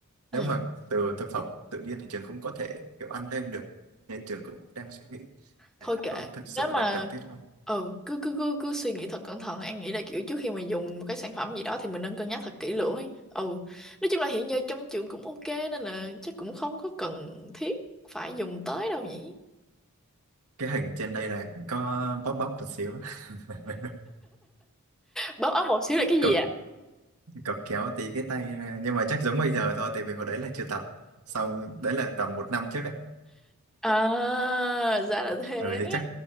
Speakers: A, in the centre; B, on the right.
A: ừ.
B: nếu mà từ thực phẩm tự nhiên thì trường cũng có thể kiểu ăn thêm được nên trường cũng đang suy nghĩ
A: thôi
B: đấy,
A: kệ
B: có thực sự
A: nếu mà
B: là cần thiết không
A: ừ cứ cứ cứ cứ suy nghĩ thật cẩn thận An nghĩ là kiểu trước khi mà dùng một cái sản phẩm gì đó thì mình nên cân nhắc thật kỹ lưỡng ấy ừ nói chung là hiện giờ trong trường cũng ok nên là chắc cũng không có cần thiết phải dùng tới đâu nhỉ
B: cái hình trên đây là có bóp bóp một xíu <laughs>
A: bóp ấm một xíu là cái gì
B: còn cọc kéo tí cái tay ra nhưng mà chắc giống bây giờ thôi tại vì hồi đấy là chưa tập xong đấy là tầm một năm trước ấy
A: À, ra là thế.
B: ừ thì chắc